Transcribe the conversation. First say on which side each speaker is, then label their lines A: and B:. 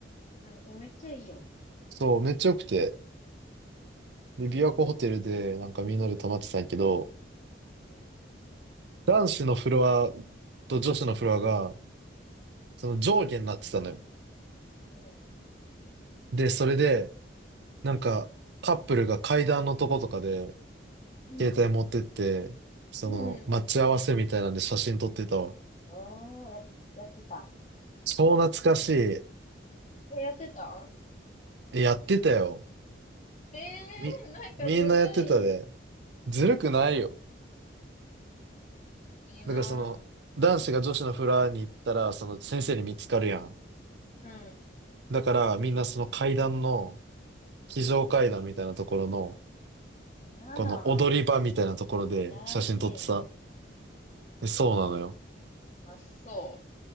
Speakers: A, on the left; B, on the right.
A: うん。え、めっちゃいいよ。
B: そう、めっちゃ良くて。で、琵琶湖ホテルで、なんかみんなで泊まってたんやけど、
A: うん。
B: 男子のフロアと女子のフロアが、その上下になってたのよ。
A: うん。
B: で、それで、なんか、カップルが階段のとことかで、
A: うん。
B: 携帯持ってって、その、
A: うん。
B: 待ち合わせみたいなんで写真撮ってたわ。
A: おー、や、やってたん。
B: 超懐かしい。
A: え、やってた
B: えやってたよ。
A: え
B: み、
A: ー、なんかずるい。
B: みんなやってたで。ずるくないよ。
A: いいな
B: だからその、男子が女子のフラに行ったら、その先生に見つかるやん。
A: ぁ。
B: だからみんなその階段の、非常階段みたいなところの、
A: うん。やだ。
B: この踊り場みたいなところで写真撮ってさ。
A: やらしいな。
B: えそうなのよ。
A: あ、そ